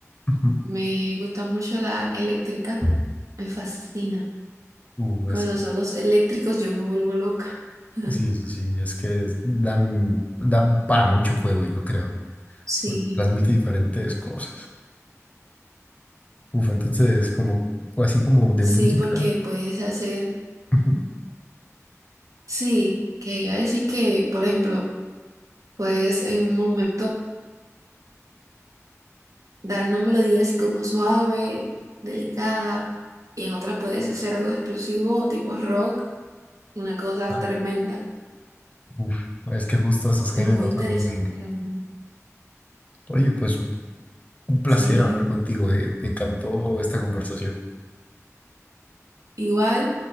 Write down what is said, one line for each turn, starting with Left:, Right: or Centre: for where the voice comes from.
Left: Ujú.
Right: me gusta mucho la eléctrica. Me fascina.
Left: Uh,
Right: Con
Left: es que-
Right: los solos eléctricos yo me vuelvo loca. <laughs>
Left: sí, sí, sí, es que es- dan, dan para mucho juego, yo creo,
Right: Sí,
Left: porque transmite diferentes cosas. Uf, entonces, como, así como de
Right: sí,
Left: música,
Right: porque puedes hacer,
Left: Ujú.
Right: sí, que iba a decir que, por ejemplo, puedes en un momento dar una melodía así como suave, delicada, y en otras puedes hacer algo explosivo, tipo rock, una cosa
Left: ah,
Right: tremenda.
Left: uf, es que justo esos géneros
Right: Es muy interesante
Left: a mí me encantan.
Right: realmente.
Left: Oye, pues un placer
Right: Sí,
Left: hablar contigo, eh, Me encantó esta conversación.
Right: igual.